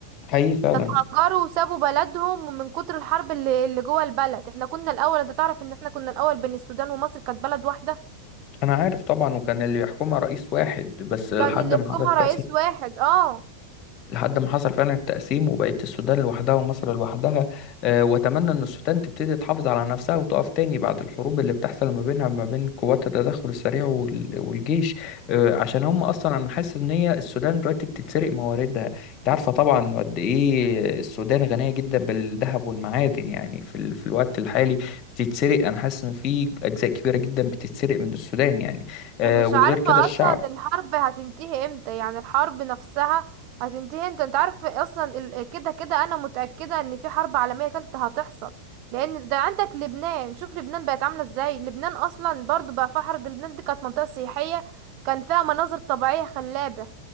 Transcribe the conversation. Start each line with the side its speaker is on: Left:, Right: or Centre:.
Left: حقيقي فعلا
Right: ده اتهجروا وسابوا بلدهم من كتر الحرب اللي, اللي جوه البلد احنا كنا الاول انت تعرف ان احنا كنا الاول بين السودان ومصر كانت بلد واحده
Left: انا عارف طبعا وكان اللي يحكمها رئيس واحد بس لحد
Right: يعني اللي
Left: ما
Right: يحكمها
Left: حضرت
Right: رئيس واحد اه
Left: لحد ما حصل فعلا التقسيم وبقت السودان لوحدها ومصر لوحدها آه، واتمنى ان السودان تبتدي تحافظ على نفسها وتقف تاني بعد الحروب اللي بتحصل ما بينها ما بين قوات التدخل السريع وال- والجيش آه، عشان هم اصلا انا حاسس ان هي السودان دلوقتي بتتسرق مواردها انت عارفه طبعا قد ايه السودان غنيه جدا بالذهب والمعادن يعني في ال... في الوقت الحالي بتتسرق انا حاسس ان في اجزاء كبيره جدا بتتسرق من السودان يعني آه،
Right: ومش
Left: وغير
Right: عارفة
Left: كده الشعب
Right: اصلا الحرب هتنتهي امتى يعني الحرب نفسها هتنتهي امتى انت عارف اصلا ال- كده كده انا متأكدة ان في حرب عالمية تالتة هتحصل لان ده عندك لبنان شوف لبنان بقت عاملة ازاي لبنان اصلا برضو بقى فيها حرب لبنان دي كانت منطقة سياحية كان فيها مناظر طبيعية خلابة